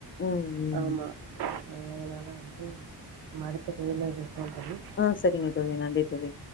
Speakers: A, on the left; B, on the right.
A: ம் ம்
B: ஆமா அதுனால வந்து மரத்து வெயில்ல வெப்போ தோழி
A: ஆ செரிங்க தோழி நன்றி தோழி